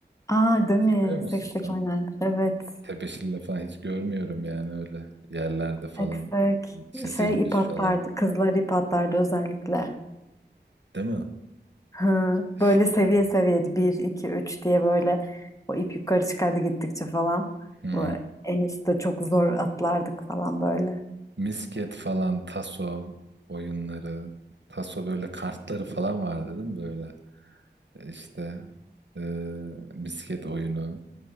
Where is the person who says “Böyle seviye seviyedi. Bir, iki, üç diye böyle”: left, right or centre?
Left